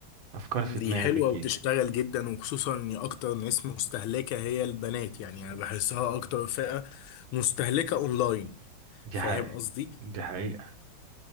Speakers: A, on the right; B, on the left.
A: افكار
B: دي
A: في دماغي
B: حلوة
A: بتجيلي
B: وتشتغل جدا وخصوصا ان اكتر ناس مستهلكة هي البنات يعني انا بحسها اكتر فئة مستهلكة اونلاين
A: دي
B: فاهم
A: حقيقة
B: قصدي
A: دي حقيقة